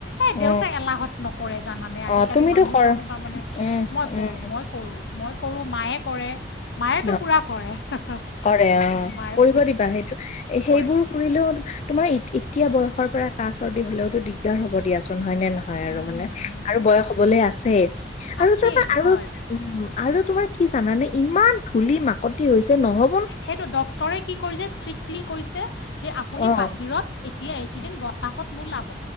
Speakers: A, on the left; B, on the left.
A: এ
B: অ
A: দেউতাই এলাহত নকৰে জানানে আজিকালি
B: অ তুমিতো
A: মানুহজন
B: কৰা
A: তাৰ মানে
B: উম
A: মই
B: উম
A: কৰো মই কৰোঁ মই কৰোঁ মায়ে কৰে মায়েতো
B: অ
A: পুৰা কৰে আ হা
B: কৰে অ
A: মায়ে
B: কৰিব দিবা সেইটো সেইবোৰ
A: কৰে
B: ফুৰিলেও তোমাৰ ই এতিয়া বয়সৰ পৰা কাহ চৰ্দি হলেওতো দিগদাৰ হব দিয়াচোন হয় নে নহ হয়
A: উম
B: আৰু মানে
A: উম
B: আৰু বয়স
A: উম
B: হ'বলৈ আছে
A: আছেই
B: আৰু তুৱা আৰু
A: হয়
B: উম আৰু তোমাৰ কি জানানে ইমান ধূলি মাকতি হৈছে নহয়
A: সেইটো ডক্টৰে কি কৰিছে ষ্ট্ৰিক্টলি কৈছে যে আপুনি
B: অ',
A: বাহিৰত এতিয়া এইকেইদিন বতাহত নোলাব